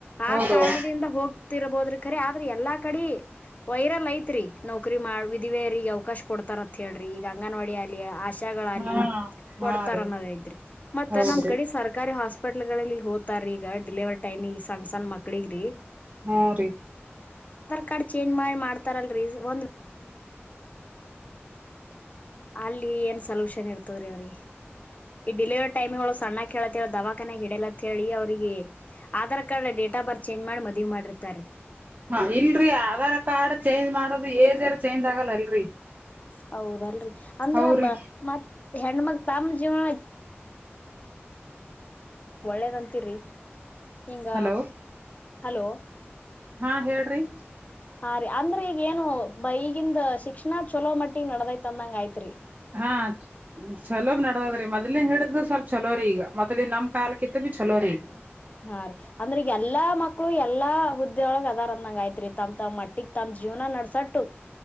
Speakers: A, on the left; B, on the right.
A: ಆ
B: ಹೌದೌದು
A: ಕಾರಣದಿಂದ ಹೋಗ್ ಇರಬೋದ್ರಿ ಖರಿ ಆದ್ರ ಎಲ್ಲಾ ಕಡಿ ವೈರಲ್ ಐತ್ರಿ ನೌಕರಿ ಮಾಡ ವಿಧಿವೇಯರಿಗೆ ಅವಕಾಶ ಕೊಡ್ತಾರತ್ ಹೇಳ್ರಿ ಈಗ ಅಂಗನವಾಡಿ ಅಲ್ಲಿ ಆ ಜಗಳ ಆಗಲಿ
B: ಹಾ ಹಾ
A: ಕೊಡ್ತಾರ
B: ರೀ
A: ಅನ್ನೋದ ಐತ್ರಿ ಮತ್ತ
B: ಹೌದ್ರಿ
A: ನಮ್ ಕಡೆ ಸರ್ಕಾರಿ ಹಾಸ್ಪಿಟ್ಲ್ ಗಳಲ್ಲಿಗ್ ಹೋತಾರಿ ಈಗ ಡಿಲಿವರಿ ಟೈಮಿಗ ಸಣ್ಣ ಸಣ್ಣ ಮಕ್ಳಿಗ್ರೀ
B: ಹಾ ರೀ
A: ಕಾರ್ಡ್ ಚೇಂಜ್ ಮಾಡಿ ಮಾಡ್ತಾರಲ್ರೀ ಒಂದ ಅಲ್ಲಿ ಏನ್ ಸೊಲ್ಯೂಷನ್ ಇರ್ತದ್ರೀ ಅವ್ರೀ ಈ ಡೆಲಿವರಿ ಟೈಮಿಳ ಸಣ್ಣ ಕೇಳತ್ತರ ದವಾ ಕನ ಹಿಡಲತ್ ಹೇಳಿ ಅವ್ರಿಗೆ ಆಧಾರ್ ಕ ೇಟಾ ಬರ್ ಚೇಂ್ ಮಾಡ ಮುವ ಮಾಡಿ ಬರುತಾರೆ
B: ಹ ಇಲ್ರರಿ ಆಧಾರ್ ಕಾರ್ಡ್ ಚೇಂಜ್ ಮಾಡೋದು ಏಜ್ಾರ ಚೇಂಜ್ ಆಗಲ್ಲ ಅಲ್ರರಿ
A: ಹೌದಲ್ರಿೀ ಅಂದ್ರಬ
B: ಹೌರಿ
A: ಮತ್ ಹೆಣ್ಣ್ಮಾಗ ತಮ್ಮ ಜವ ಒಳ್ಳೇದಂತೀರಿ ಈಂಗ
B: ಹಲೋ
A: ಹಲೋ
B: ಹಾ ಹೇಳ್ರಿ
A: ಹಾ ರೀ ಅಂದ್ರೆ ಈಗ ಏನು ಬ ಈಗಿ ಶಿಕ್ಷಣ ಚಲೋ ಮಟ್ಟಿಗಿ ನಡದೈತ್ ಅಂದಂಗ ಐತ್ರಿ
B: ಹಾ ಚಲೋಗ್ ನಡದದ್ರಿ ಮೊದ್ನೇ ಹೇಳ್ದ ಸ್ವಲ್ಪ ಚಲೋರಿ ಈಗ ಮೊದಲ ನಮ್ ಕಾಲಕ್ಕಿಂತ ಬಿ ಚಲೋರಿ ಈಗ
A: ಹಾ ರೀ ಅಂದ್ರ ಎಲ್ಲಾ ಮಕ್ಳು ಎಲ್ಲಾ ಹುದ್ದೆೊಳಗ್ ಅದಾರ್ ಅಂದಂಗ ಆಯ್ತ್ರಿ ತಮ್ ತಮ್ ಮಟ್ಟಿಗ್ ತಮ ಜೀವನ ನಡಸಟ್ಟು